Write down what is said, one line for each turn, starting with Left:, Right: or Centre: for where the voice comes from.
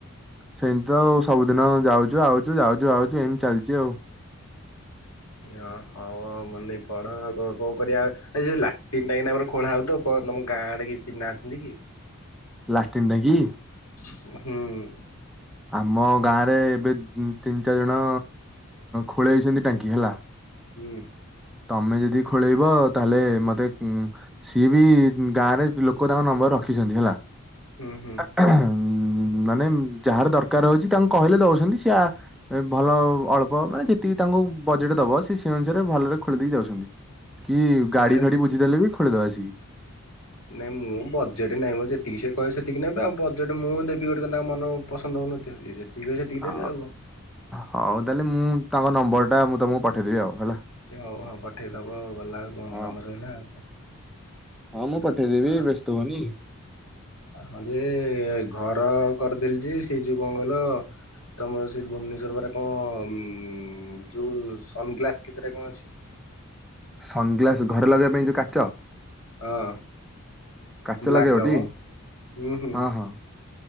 Centre: ସେମିତି ତ ଆଉ ସବୁଦିନ ଯାଉଛୁ ଆଉଛୁ ଯାଉଛୁ ଆଉଛୁ ଏମିତି ଚାଲିଛି ଆଉ।
Left: ଓ ହଉ ମନେ ଦେଇ ପଢ଼ ଆଉ କଣ କରିବା ଏଇ ଯୋଉ ଲାଟିନ୍ ଟାଙ୍କି ଟା ଆମର ଖୋଳା ହଉଛି ତ କଣ ତମ ଗାଁ ଆଡେ କେହି ଚିହ୍ନା ଅଛନ୍ତି କି?
Centre: ଲାଟିନ ଟାଙ୍କୀ।
Left: ହୁଁ।
Centre: ଆମ ଗାଁ ରେ ଏବେ ତିନି ଚାରି ଜଣ ଖୋଳେଇଛନ୍ତି ଟାଙ୍କି ହେଲା।
Left: ହୁଁ।
Centre: ତମେ ଯଦି ଖୋଳେଇବ ତାହେଲେ ମତେ ସିଏ ବି ଗାଁ ରେ ଲୋକ ତାଙ୍କ ନମ୍ବର ରଖିଛନ୍ତି ହେଲା।
Left: ହୁଁ ହୁଁ
Centre: ହୁଁ। ମାନେ ମ। ଯାହାର ଦରକାର ହଉଛି ତାଙ୍କୁ କହିଲେ ଦଉଛନ୍ତି, ସିଏ ଭଲ ଅଳ୍ପ ମାନେ ଯେତିକି ତାଙ୍କୁ ବଜେଟ ଦବ ସେ ସେ ଅନୁସାରେ ଭଲରେ ଖୋଳି ଦେଇକି ଯାଉଛନ୍ତି। କି
Left: ହଁ
Centre: ଗାଡି
Left: ନାଇଁ
Centre: ଫାଡି ବୁଝିଦେଲେ ବି। ଖୋଳି ଦବ ଆସିକି।
Left: ନାଇଁ ମୁଁ ବଜେଟ ନହିଁ ମ, ଯେତିକି ସେ କହିବେ ସେତିକି ନେବେ ଆଉ ବଜେଟ ମୁଁ ଦେବି ଗୋଟେ ତାଙ୍କ ମନ ପସନ୍ଦ ହଉନଥିବ। କହିବେ ସେତିକି
Centre: ଅ,
Left: ଦେବି ଆଉ କଣ।
Centre: ହଉ ତାହେଲେ ମୁଁ। ତାଙ୍କ ନମ୍ବର ଟା ମୁଁ ତମକୁ ପଠେଇଦବି ଆଉ। ହେଲା।
Left: ହଉ ହଉ ପଠେଇଦବ ଆଉ ଗଲା କଣ
Centre: ହଁ
Left: କାମ ସହିଲା ଆଉ,
Centre: ହଁ ମୁଁ ପଠେଇଦେବି
Left: ଆଉ।
Centre: ବ୍ୟସ୍ତ ହୁଅନି।
Left: ହଁ ଯେ ଘର କରିଦେଲି ଯେ ସେ ଯୋଉ କଣ କହିଲ, ତମ ସେ ଭୁବନେଶ୍ଵର ବା କଣ ଯୋଉ ସନଗ୍ଲାସ କେତେଟା କଣ ଅଛି।
Centre: ସନଗ୍ଲାସ ଘରେ ଲଗେଇବା ପାଇଁ ଯୋଉ କା
Left: ହଁ।
Centre: କାଚ
Left: ବ୍ଲାକ୍
Centre: ଲଗେଇବଟି,
Left: ର ମ ହୁଁ ହୁଁ।
Centre: ହଁ ହଁ।